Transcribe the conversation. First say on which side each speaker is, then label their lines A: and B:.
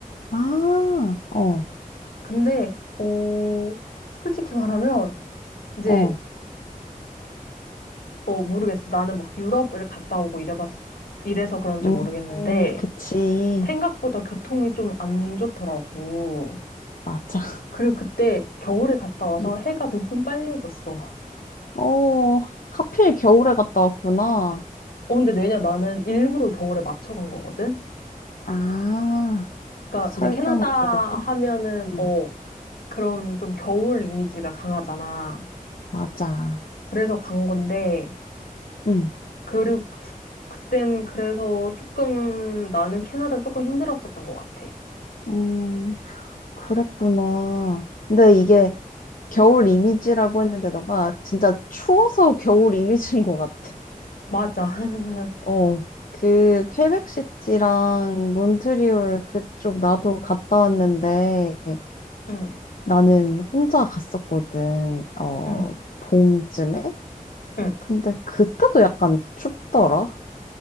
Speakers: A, on the left; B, on the left.
A: 아, 어,
B: 근데, 어, 솔직히 말하면, 이제
A: 어.
B: 어, 모르겠어. 나는 막 유럽을 갔다 오고 이래봤, 이래서 그런지
A: 음,
B: 모르겠는데,
A: 음, 그치.
B: 생각보다 교통이 좀 안 좋더라고.
A: 맞아.
B: 그리고 그때 겨울에 갔다 와서
A: 응.
B: 해가 <laughs> 너무 빨리 졌어.
A: 어, 하필 겨울에 갔다 왔구나.
B: 어, 근데 왜냐, 나는 일부러 겨울에 맞춰 간 거거든?
A: 아,
B: 그러니까
A: 그 설경을
B: 이제 캐나다
A: 보려고?
B: 하면은,
A: 응.
B: 어, 그런 좀 겨울 이미지가 강하잖아.
A: 맞아.
B: 그래서 간 건데,
A: 응.
B: 그리고 그땐 그래서 조금, 나는 캐나다는 조금 힘들었었던 것 같아.
A: 음, 그랬구나. 근데 이게 겨울 이미지라고 했는데 너가 진짜 추워서 겨울 이미지인 것 같아.
B: 맞아. <laughs>
A: 어, 그 퀘벡시티랑 몬트리올 그쪽 나도 갔다 왔는데
B: 응,
A: 나는 혼자 갔었거든. 어,
B: 응,
A: 봄쯤에?
B: 응.
A: 근데 그때도 약간 춥더라.